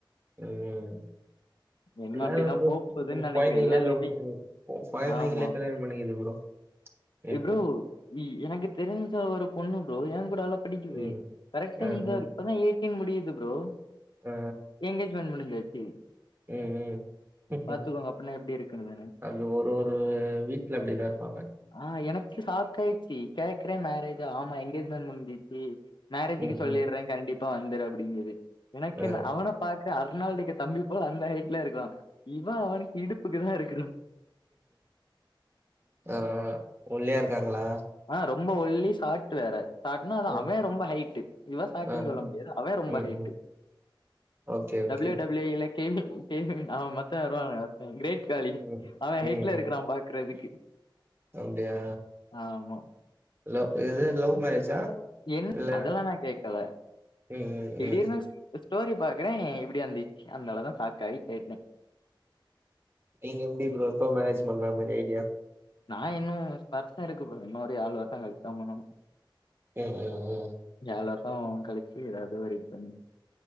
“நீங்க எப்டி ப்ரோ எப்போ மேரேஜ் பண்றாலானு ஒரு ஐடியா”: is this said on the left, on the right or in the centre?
Right